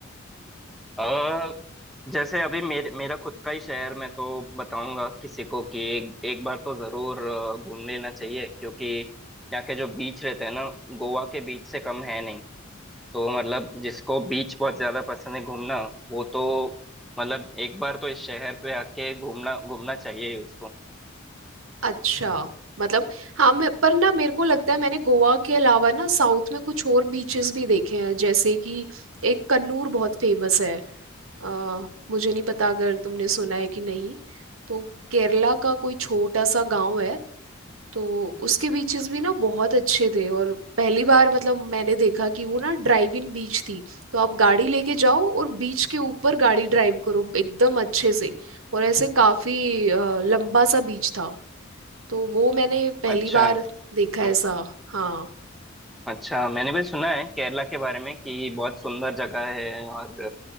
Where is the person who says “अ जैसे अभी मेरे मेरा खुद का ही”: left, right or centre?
Centre